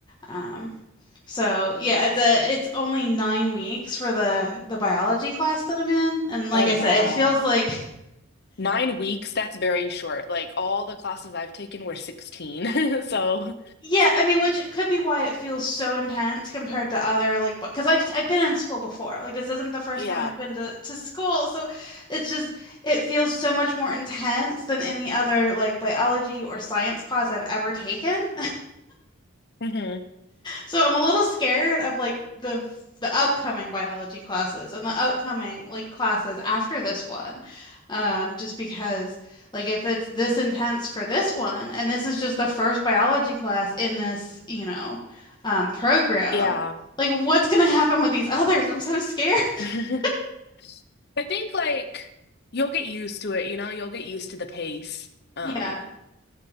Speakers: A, on the left; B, on the left.
A: Um, so yeah, it's a it's only nine weeks for the the biology class that I'm in, and like
B: Oh,
A: I
B: wow.
A: said, it feels like
B: Nine weeks, that's very short. Like all the classes I've taken were 16. <laughs> So,
A: yeah, I mean, which could be why it feels so intense compared to other like because I've I've been in school before. Like this isn't the first
B: yeah.
A: time I've been to to school, so it's just it feels so much more intense than any other like biology or science class I've ever taken.
B: hmm
A: So I'm a little scared of like the the upcoming biology classes and the upcoming like classes after this one. Um, just because like if it's this intense for this one and this is just the first biology class in this, you know, um, program,
B: Yeah.
A: like what's gonna happen with these others? I'm so scared.
B: <laughs> I
A: <laughs>
B: think like you'll get used to it, you know, you'll get used to the pace. Um,
A: Yeah.